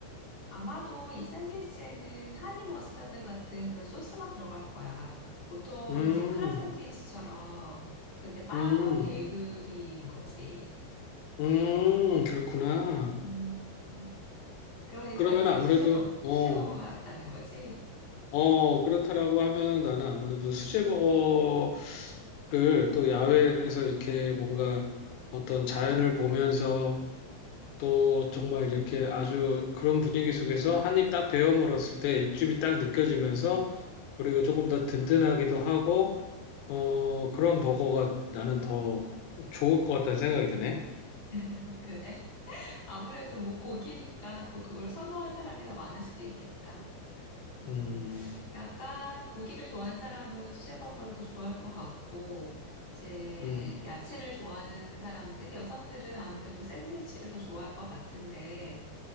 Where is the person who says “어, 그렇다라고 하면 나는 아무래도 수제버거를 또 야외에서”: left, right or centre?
Left